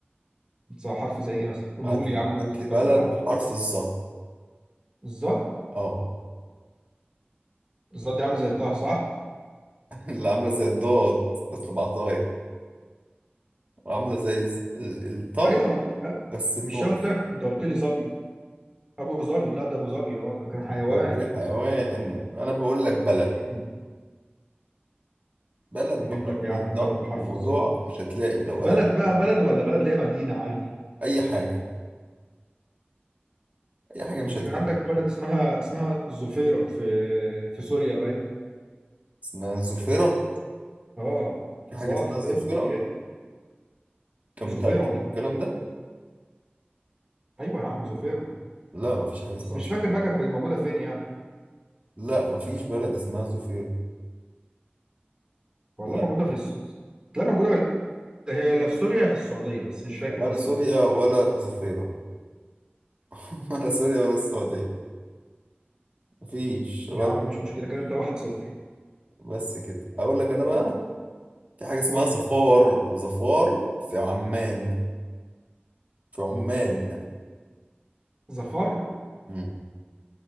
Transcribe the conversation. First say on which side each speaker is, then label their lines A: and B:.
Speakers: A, on the right; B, on the right.
A: صح حرف زي ايه مثلا قوله
B: هات
A: لي
B: لي
A: يا عم وانا
B: هات
A: اقول لك
B: لي
A: البلد
B: بلد
A: بتاعته
B: بحرف الظا
A: الظا
B: اه
A: الظا دي عامله زي طه صح
B: <laughs> اللي عامله زي الضاد بس بعطايا وعامله زي الز- ال- الطا
A: ايوه ما انت لا،
B: بس بنقطة
A: مش أنا قلت لك انت قلت لي ظبي ابو ظبي لا ده ابو ظبي اه ده كان حيوان
B: انت قلت لي حيوان انا بقول لك بلد
A: مم.
B: بلد
A: اجيب
B: بحرف
A: لك يا
B: الظا
A: عم بلد بحرف
B: الموضوع
A: الظا
B: مش هتلاقي لو
A: بلد
B: قلبت
A: بقى بلد ولا بلد اللي هي مدينه عادي
B: اي حاجه اي حاجه مش
A: انت
B: هتلاقي
A: كان عندك بلد اسمها اسمها الظفيره في في سوريا باين
B: اسمها الظفيره
A: اه
B: في حاجه
A: ظه
B: اسمها الظفيره
A: فه يه
B: انت
A: زفيرة
B: متاكد
A: والله
B: من الكلام ده
A: ايوه يا عم زفيرة
B: لا مفيش حاجه اسمها
A: بس مش
B: ظفيره
A: فاكر بقى كانت موجودة فين يعني
B: لا مفيش بلد اسمها ظفيره
A: والله
B: لا
A: موجودة في الس... لا موجودة ولا هي لا في سوريا يا في السعودية بس مش فاكر
B: ولا
A: بالظبط
B: سوريا ولا ظفيره <laughs> ولا سوريا ولا السعوديه مفيش
A: يا
B: غلط
A: عم مش مشكلة كده انت واحد صفر
B: بس كده اقول لك انا بقى في حاجه اسمها
A: قول
B: ظفار
A: لي
B: ظفار في عمان في عمان
A: ظفر
B: مم.